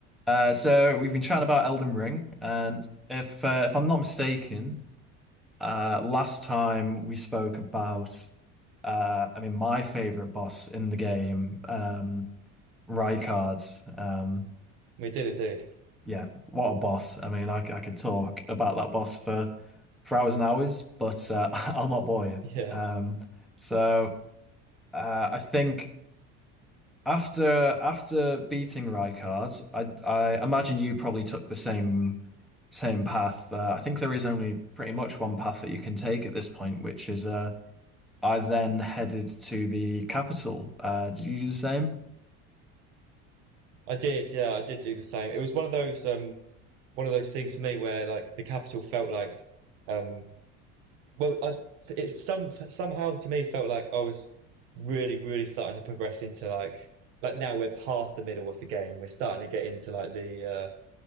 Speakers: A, in the centre; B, on the right (about 85°).
A: Uh, so we've been chatting about Elden Ring, and if uh, if I'm not mistaken, uh, last time we spoke about, uh, I mean, my favorite boss in the game, um, Rykard. Um,
B: We did indeed.
A: yeah, what a boss! I mean, I, I could talk about that boss for for hours and hours, but uh, <laughs> I'll not bore you.
B: Yeah,
A: Um, so uh, I think. After after beating Rijkaard, I I imagine you probably took the same same path. Uh, I think there is only pretty much one path that you can take at this point, which is uh I then headed to the capital. Uh, did you do the same?
B: I did. Yeah, I did do the same. It was one of those um one of those things for me where like the capital felt like um well I it some somehow to me felt like I was really really starting to progress into like like now we're past the middle of the game. We're starting to get into like the uh